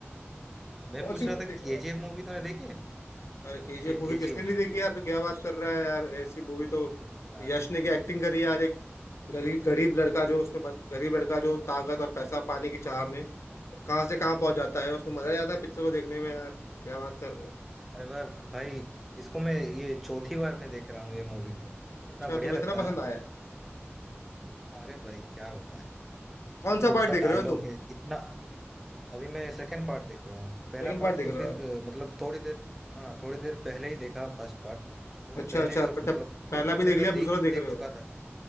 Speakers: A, in the centre; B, on the left (about 80°).
A: मैं
B: कौन
A: पूछ
B: सी मूवी
A: रहा था
B: देख
A: कि केजीएफ
B: रहा है
A: मूवी तुमने देखी है
B: अरे केजीएफ
A: केजीएफ
B: मूवी
A: केजीएफ
B: किसने नहीं देखी यार तो क्या बात कर रहा है यार ऐसी मूवी तो
A: अरे
B: यश ने क्या एक्टिंग करी यार एक गरीब गरीब लड़का जो उसमें बन- गरीब लड़का जो ताकत और पैसा पाने की चाह में कहाँ से कहाँ पहुंच जाता है उसमें मजा आ जाता है पिक्चर को देखने में यार क्या बात कर रहे हो
A: अरे बार भाई इसको मैं ये चौथी बार मैं देख रहा हूँ ये मूवी को कितना
B: अच्छा
A: बढ़िया
B: तुम्हें
A: लगता
B: इतना
A: है
B: पसंद
A: ना
B: आया है
A: अरे भाई क्या बताएं
B: कौन
A: मतलब
B: सा
A: उसका
B: पार्ट देख
A: डायलॉग
B: रहे हो तुम
A: है इतना अभी मैं सेकंड पार्ट देख रहा हूँ पहला
B: सेकंड
A: पार्ट
B: पार्ट देख
A: तो फिर
B: रहे हो
A: अ, मतलब थोड़ी देर हाँ थोड़ी देर पहले ही देखा फर्स्ट पार्ट वो
B: अच्छा
A: तो पहले
B: अच्छा अच्छा
A: ही, मतलब
B: पहला
A: थिएटर
B: भी
A: में
B: देख
A: तो
B: लिया अब
A: देख
B: दूसरा देख
A: देख
B: रहे हो
A: चुका था